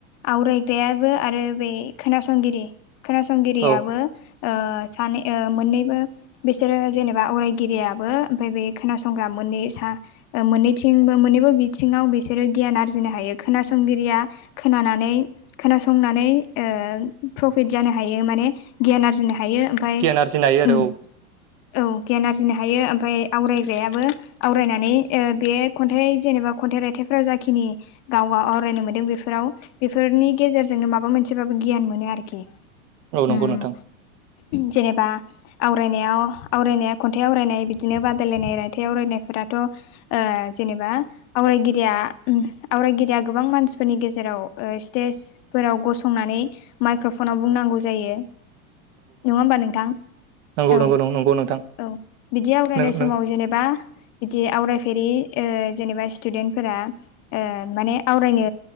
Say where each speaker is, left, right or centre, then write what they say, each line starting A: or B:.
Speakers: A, on the left; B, on the right.
A: आवरायग्रायाबो आरो बे खोनासंगिरि खोनासंगिरियाबो
B: औ
A: ओ सानै ओ मोननैबो बिसोरो जेनेबा आवरायगिरियाबो ओमफ्राय बे खोनासंग्रा मोनै सा ओ मोननैथिंबो मोननैबो बिथिङाव बेसो रो गियान आरजिनो हायो खोनासंगिरिया खोनानानै खोनासंनानै ओ प्रफिट जानो हायो माने गियान आर्जिनो हायो ओमफ्राय
B: गियान आरजिनो हायो आरो
A: ओम औ गियान आरजिनो हायो ओमफ्राय आवरायग्रायाबो आवरायनानै ओ बे खन्थाइ जेनेबा खन्थाइ रायथाइफोरा जाखिनि गाव आव-आवरायनो मोनदों बेफोराव बेफोरनि गेजेरजोंनो माबा मोनसेबाबो गियान मोनो आरोखि।
B: औ
A: उम
B: नंगौ नोंथां।
A: जेनेबा आवरायनायाव आवरायनाया खन्थाइ आवरायनाय बिदिनो बादायलायनाय रायथाइ आवरायनायफोराथ' ओ जेनेबा आवरायगिरिया ओम आवरायगिरिया गोबां मानसिफोरनि गेजेराव ओ स्टेजफोराव गसंनानै माइक्र'फनाव बुंनांगौ जायो नङा होमबा नोंथां?
B: नंगौ
A: औ
B: नंगौ नंगौ नोंथां
A: औ बिदि आवरायनाय
B: नों नों
A: समाव जेनेबा बिदि आवरायफेरि ओ जेनेबा स्टुडेन्टफोरा ओ माने आवरायनो